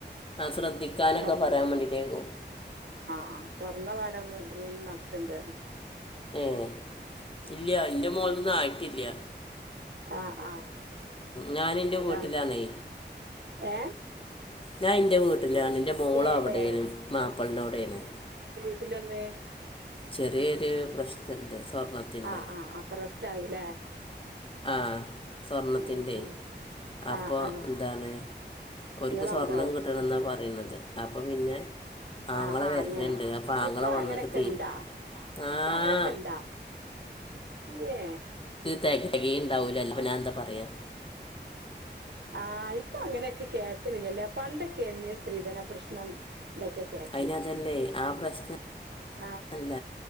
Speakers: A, on the left; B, on the right.
A: അഹ് ശ്രദ്ധിക്കാനൊക്കെ
B: തൊ
A: പറയാൻ വേണ്ടിട്ടേക്കും.
B: ആഹ് തൊറന്നപാടെ ഒന്ന്. ഒന്ന് നട്ത്തണ്ട് പർഞ്.
A: ഏഹ് ഇല്ല്യ ന്റെ മോൾത് നാ- ആയിട്ടില്ല്യ
B: ആ ആ
A: ഞാന്ൻ്റെ
B: അതാണ്
A: വീട്ടിലാണേ
B: ഏ
A: ഞാൻ ന്റെ വീട് ട്ടിലാണ് ന്റെ മോളവടെണ്
B: ഏ ഏ
A: മാപ്പൾന്റോടേണ്
B: ട്ടിലൊന്ന്
A: ചെറിയൊരു പ്രശ്നണ്ട് സ്വർണത്തിന്റെ
B: ആ ആ അപ്പ റെസ്റ്റ് ആവൂലേ
A: ആ സ്വർണത്തിന്റെ
B: ഉം
A: അപ്പോ
B: ആ ആ ആ
A: എന്താണ് ഓര്ക്ക്
B: ഇങ്ങളവിടാവും
A: സ്വർണം കിട്ടണന്നാ പറയ്ണത് അപ്പം പിന്നെ ആങ്ങളെ
B: ആ ആ
A: വരുന്നുണ്ട്
B: അങ്ങനെ
A: അപ്പോൾ ആങ്ങളെ
B: ഇപ്പളങ്ങനക്കെണ്ടൊ
A: വന്നിട്ട് തീരും ആ
B: ഇപ്പ അങ്ങനെക്കെണ്ടൊ ഏ
A: തെകേകിണ്ടവൂല അല്ലപ്പ ഞാ എന്താ പറയാ.?
B: ആഹാ ഇപ്പങ്ങനെക്കെ കേക്കലില്ലല്ലേ പണ്ടൊക്കേന്ന് സ്ത്രീധന പ്രശ്നം. ഇതൊക്കെ കേക്കല്
A: അയിനതല്ലേ ആഹ് പ്രശ്നം
B: ആ
A: അല്ല